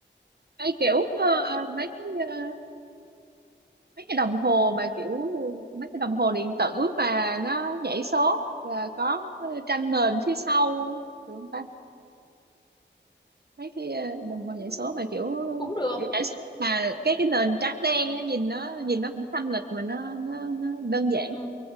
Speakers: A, on the right (about 55°); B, on the left (about 25°).
A: Hay kiểu ờ, ờ, mấy cái, ờ, mấy cái đồng hồ mà kiểu mấy cái đồng hồ điện tử mà nó nhảy số và có ờ, tranh nền phía sau được không ta mấy cái ờ,
B: cũng
A: đồng hồ nhảy số mà
B: cũng,
A: kiểu
B: cũng được
A: kiểu nhảy số mà cái cái nền trắng đen á, nhìn nó nhìn nó cũng thanh lịch mà nó nó, nó đơn giản
B: ừ,